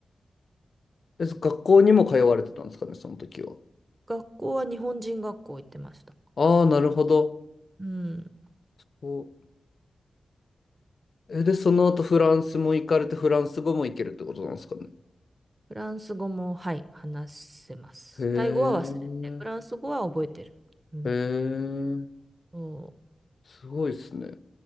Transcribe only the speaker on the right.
学校は日本人学校行ってました。
うん。
フランス語も、はい、話せます。
タイ語は忘れて、フランス語は覚えてる。うん。
そ